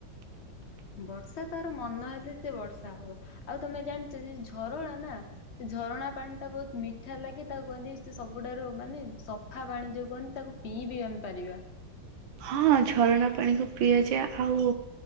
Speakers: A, on the left; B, on the right.
A: ବର୍ଷା ତାର ମନ ହେଲେ ସେ ବର୍ଷା ହବ ଆଉ ତମେ ଜାଣିଛ ଯ ଝରଣା ନା ଝରଣା ପାଣିଟା ବହୁତ ମିଠା ଲାଗେ ତାକୁ କୁହନ୍ତି ସେ ସବୁଠାରୁ ମାନେ ସ ସଫା ପାଣି ଯୋଉ କୁହନ୍ତି ତାକୁ ପିଇବିି ଆମେ ପାରିବା।
B: ହଁ ଝରଣା ପାଣିକୁ ପିଆଯାଏ ଆଉ